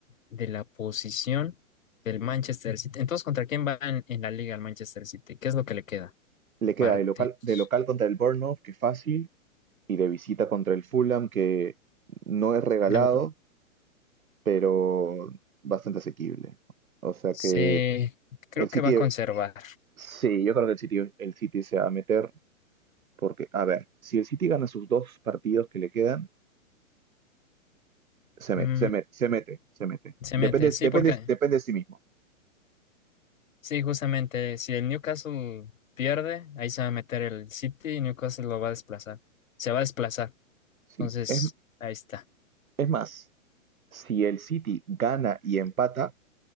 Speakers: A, on the left (about 70°); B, on the right (about 85°).
A: de la posición del Manchester City. Entonces, ¿contra quién va en, en la liga el Manchester City? ¿Qué es lo que le queda?
B: Le queda
A: Partidos.
B: de local, de local contra el Bournemouth, que fácil, y de visita contra el Fulham, que no es regalado,
A: Ah, bueno.
B: pero bastante asequible. O sea
A: Sí,
B: que
A: creo
B: el
A: que
B: City,
A: va a conservar.
B: sí, yo creo que el City, el City se va a meter porque, a ver, si el City gana sus dos partidos que le quedan, Se
A: Mm,
B: mete, se mete, se mete, se mete.
A: se
B: Depende,
A: mete, sí,
B: depende,
A: porque,
B: depende de sí mismo.
A: sí, justamente, si el Newcastle pierde, ahí se va a meter el City y Newcastle lo va a desplazar. Se va a desplazar.
B: Sí.
A: Entonces,
B: Es,
A: ahí está.
B: es más, si el City gana y empata,